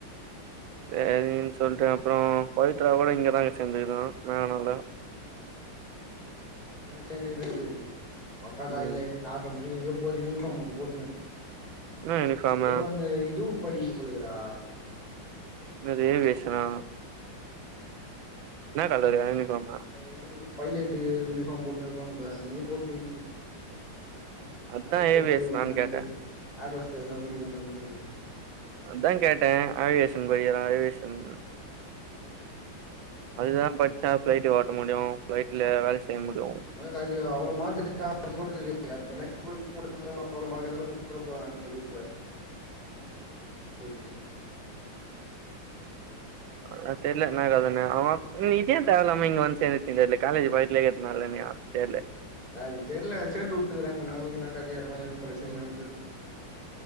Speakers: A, on the right; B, on the left.
A: சேரின்னு சொல்ட்டு அப்பற பவித்ரா கூட இங்கதா சேந்துருக்குதா மேனால
B: <inaudible> சேந்தது கெடையாது உங்கக்கா காலைல
A: ம்
B: நால்ட்ர மணிக்கு எங்கேயோ போகுது யூனிஃபார்ம் ஒன்னு போட்டுனு
A: என்ன யூனிஃபார்மு
B: அது எதோ அந்த இதுவு படிக்குது போல இருக்குடா
A: அதே பேசுனா என்ன கலர் யூனிஃபார்மு
B: எது பைலட்டு யூனிஃபார்ம் போட்டுனு இருப்பாங்க பாரு அந்த மாரி போட்டு இருந்துச்சி
A: அதா
B: ஏர்ஹாஸ்டக்கு
A: ஏவியேஷனான்னு
B: படிக்குதா என்னனு
A: கேட்டே
B: தெர்ல ஏர்ஹாஸ்டர்க்கு படிக்குதா என்னனு தெர்ல
A: அதான் கேட்ட அவிகேஷன் படிக்கிறா அவிகேஷன் அதுதா படிச்ச ஃபிளைட் ஓட்ட முடியு ஃபிளைட்ல வேல செய்ய முடியு
B: உனக்காச்சியு அவ்ளோ மார்க் எடுத்த அத போட்டது வேஸ்ட்டு <unintelligible> எவ்ளோ மார்கெடுத்தாலு கொடுத்துற போறாங் இதுவ <unintelligible>
A: அதுலா தெர்ல என்னா கதனு ஆமா இது ஏ தேவ இல்லாம இங்க வந்து சேந்துச்சுனு தெர்ல கலேஜ் பக்கத்லே இருக்கனாலனயா தெர்ல
B: அதுக் தெர்ல சேத்து வுட்டு இருக்கறாங்க என்னவோ என்ன கதையோ எதனா எது பிரச்சனைய தெர்ல